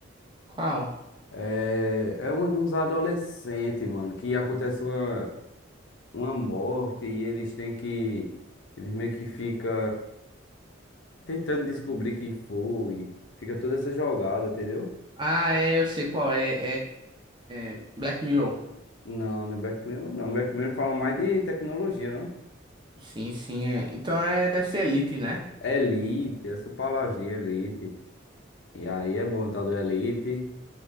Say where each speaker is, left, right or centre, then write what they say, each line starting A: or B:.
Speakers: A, on the right (about 25°); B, on the left (about 70°).
A: Qual?
B: É, é uma de uns adolescentes, mano, que acontece uma, uma morte e eles têm que, eles meio que fica tentando descobrir quem foi, fica toda essa jogada, entendeu?
A: Ah, é, eu sei qual é. É. Black Mirror.
B: Não, não é Black Mirror, não. Black Mirror fala mais de tecnologia, né?
A: Sim, sim. é. Então é deve ser Elite, né?
B: Elite, essa palavrinha Elite. E aí é bom tá do Elite.